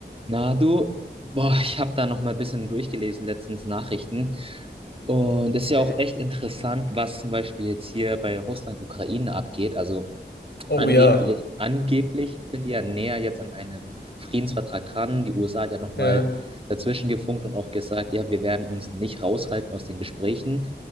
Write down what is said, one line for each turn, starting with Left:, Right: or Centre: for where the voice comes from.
Right: Na du, boah, ich habe da noch mal ein bisschen durchgelesen letztens Nachrichten und es ist ja
Left: Mhm.
Right: auch echt interessant, was zum Beispiel jetzt hier bei Russland, Ukraine abgeht. Also
Left: Oh
Right: Angeblich,
Left: ja,
Right: angeblich sind die ja näher jetzt an einem Friedensvertrag dran. Die USA hat ja nochmal
Left: ja,
Right: dazwischen gefunkt und auch gesagt, ja, wir werden uns nicht raushalten aus den Gesprächen.